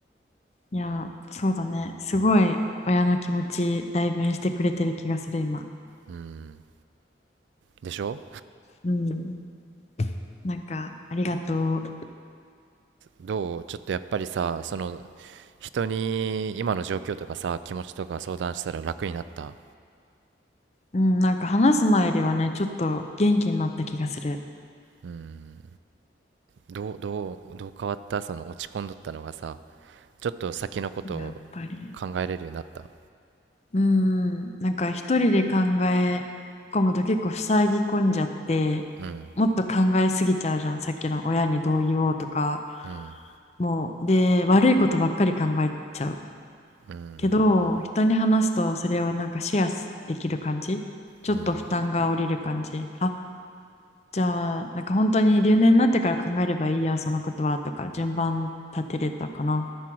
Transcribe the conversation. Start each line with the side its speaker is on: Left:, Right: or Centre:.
Left: いやそうだねすごい親の気持ち代弁してくれてる気がする今
Right: うんでしょ
Left: うんなんかありがとう
Right: どうちょっとやっぱりさその人に今の状況とかさ気持ちとか相談したら楽になった
Left: うんなんか話す前よりはねちょっと元気になった気がする
Right: うんどうどうどう変わったその落ち込んどったのがさちょっと先のことを
Left: やっぱり
Right: 考えれるようになった
Left: うんなんか一人で考え込むと結構塞ぎ込んじゃって
Right: うん
Left: もっと考えすぎちゃうじゃんさっきの親にどう言おうとか
Right: うん
Left: もうで悪いことばっかり考えちゃう
Right: うん
Left: けど人に話すとそれをなんかシェアできる感じちょっと負担が下りる感じあ
Right: うん
Left: じゃあなんか本当に留年になってから考えればいいやそのことはとか順番立てれたかな